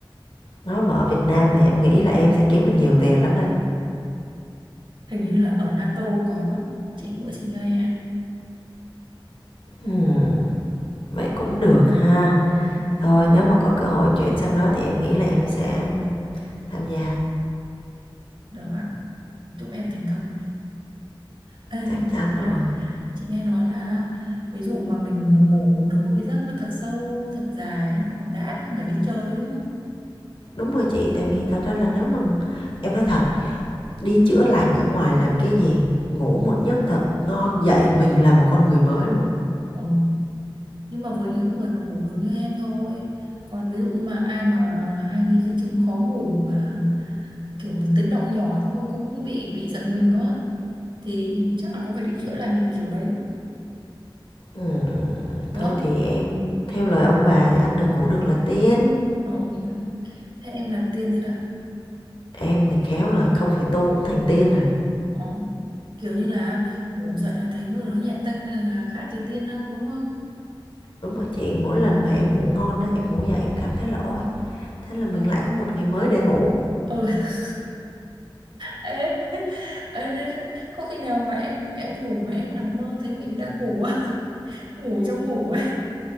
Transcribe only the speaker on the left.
Nó mà ở Việt Nam thì em nghĩ là em sẽ kiếm được nhiều tiền lắm đây.
Hmm, vậy cũng được ha.
Thôi nếu mà có cơ hội chuyển sang đó thì em nghĩ là em sẽ tham gia
chắc
chắn
rồi.
Đúng rồi chị, tại vì thật ra là nếu mà em nói thật, đi chữa lành ở ngoài làm cái gì, ngủ một giấc thật ngon dậy mình là một con người mới luôn.
Ừm,
thôi
thì em theo lời ông bà thì ăn được ngủ được là tiên.
Em thì khéo là không phải tu cũng thành tiên rồi.
Đúng rồi chị, mỗi lần mà em ngủ ngon á, em ngủ dậy em cảm thấy là ôi, thế là mình lại có một ngày mới để ngủ.